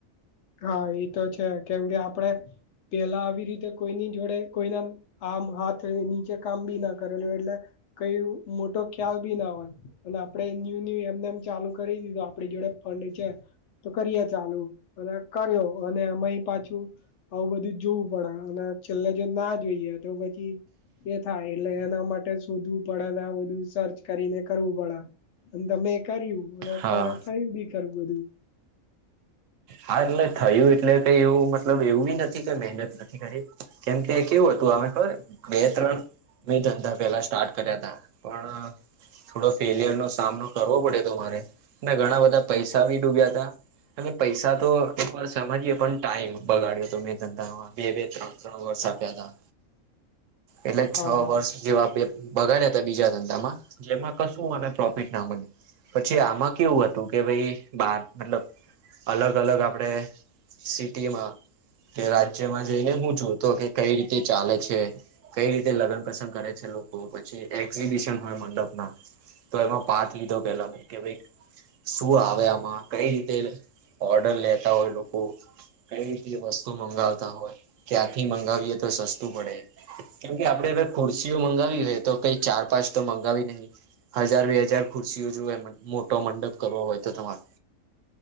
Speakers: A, on the left; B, on the right.
A: હા, ઈતો છે કેમ કે આપડે પેલા આવી રીતે કોઈની જોડે કોઈના આમ હાથની કામ બી ના કરેલું હોય, એટલે કઈ મોટો ખ્યાલ ભી ના હોય. અને આપડે ન્યુ ન્યુ એમને એમ ચાલુ કરી દીધું આપડી જોડે ફંડ છે તો કરીએ ચાલુ અને કર્યો અને અમેએ પાછું. આવું બધુંજ જોવું પડે અને છેલ્લે જો ના જોઈએ તો પછી એ થાય એટલે એના માટે શોધવું પડે ને બધું સર્ચ કરીને કરવું પડે. અને તમે એ કર્યું એટલે અત્યારે
B: હા
A: થયું બી ખરું બધું.
B: હા, એટલે થયું એટલે કઈ એવું મતલબ એવું નથી કેઈ મહેનત નથી કરી. કેમ કે કેવું હતું અમે ખબર બે ત્રણ મેં ધંધા પેલા સ્ટાર્ટ કર્યાતા પણ થોડો ફેલિયરનો સામનો કરવો પડ્યો તો મારે ને ઘણા બધા પૈસા બી ડૂબ્યાતા. પૈસા તો એક વાર સમજીએે પણ ટાઈમ બગાડ્યો તો મેં ધંધામાં બે બે ત્રણ ત્રણ વર્ષ આપ્યાતા એટલે
A: હા
B: છ
A: હા
B: વર્ષ જેવા બે બગાડ્યા હતા બીજા ધંધામાં જેમાં કશું મને પ્રોફિટ ના મળ્યું પછી આમાં કેવું હતું કે ભાઈ બાર મતલબ. અલગ અલગ આપડે સિટીમા તે રાજ્યમાં જઈને હું જોતો કે કઈ રીતે ચાલે છે. કઈ રીતે લગ્ન પસંગ કરે છે લોકો પછી એક્ઝિબિશન હોય મંડપના તો એમાં પાર્ટ લીધો પેલા મે કે ભાઈ શું આવે આમાં કઈ રીતે ઓર્ડર લેતા હોય લોકો. કઈ રીતે વસ્તુ મંગાવતા હોય ક્યાંથી મંગાવીએ તો સસ્તું પડે. કેમ કે આપડે હર ખુરશીઓ મંગાવી હોય તો કઈ ચાર પાંચ તો મંગાવી નહી. હજાર બે હજાર ખુરશીઓ જો એ મોટો મંડપ કરવો હોય તો તમારે